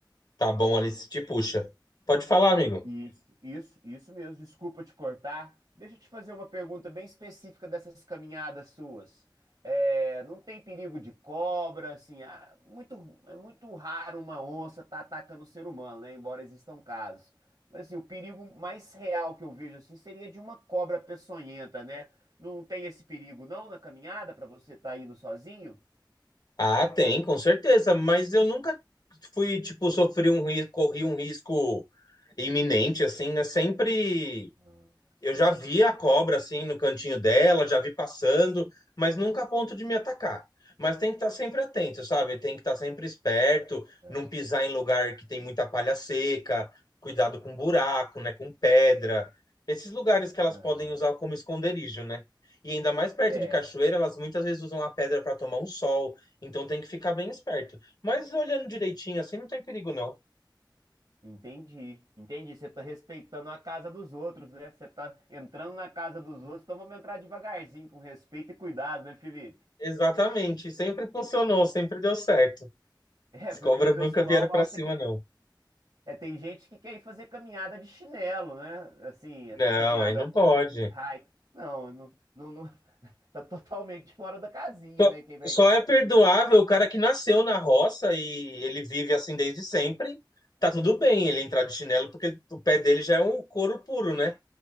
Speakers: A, on the left; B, on the right.
A: tá bom ali se te puxa. Pode falar, amigo.
B: Isso, isso, isso mesmo. Desculpa te cortar. Deixa eu te fazer uma pergunta bem específica dessas caminhadas suas. É, não tem perigo de cobra, assim, ah, muito, é muito raro uma onça estar atacando o ser humano, né? Embora existam casos. Mas assim, o perigo mais real que eu vejo assim seria de uma cobra peçonhenta, né? Não tem esse perigo não na caminhada para você estar indo sozinho?
A: Ah, tem, com certeza, mas eu nunca fui, tipo, sofri um risco, corri um risco iminente, assim, né? Sempre.
B: Ah, sei.
A: Eu já vi a cobra assim no cantinho dela, já vi passando, mas nunca a ponto de me atacar. Mas tem que estar sempre atento, sabe? Tem que estar sempre esperto,
B: É.
A: não pisar em lugar que tem muita palha seca, cuidado com buraco, né? Com pedra. Esses lugares que elas
B: Aham.
A: podem usar como esconderijo, né? E ainda mais perto
B: É.
A: de cachoeira, elas muitas vezes usam a pedra para tomar um sol, então tem que ficar bem esperto. Mas olhando direitinho assim, não tem perigo, não.
B: Entendi, entendi. Você tá respeitando a casa dos outros, né? Você tá entrando na casa dos outros, então vamos entrar devagarzinho, com respeito e cuidado, né, Felipe? <laughs>
A: Exatamente, sempre funcionou, sempre deu certo.
B: É,
A: As
B: porque
A: cobras
B: o pessoal
A: nunca vieram pra
B: acha
A: cima,
B: que.
A: não.
B: É, tem gente que quer ir fazer caminhada de chinelo, né? Assim,
A: Não,
B: as caminhadas
A: aí não pode.
B: hike. Não, não, não, não- <laughs> tá totalmente fora da casinha,
A: Só,
B: né? Quem vai.
A: só é perdoável o cara que nasceu na roça e ele vive assim desde sempre. Tá tudo bem ele entrar de chinelo, porque ele- o pé dele já é um couro puro, né?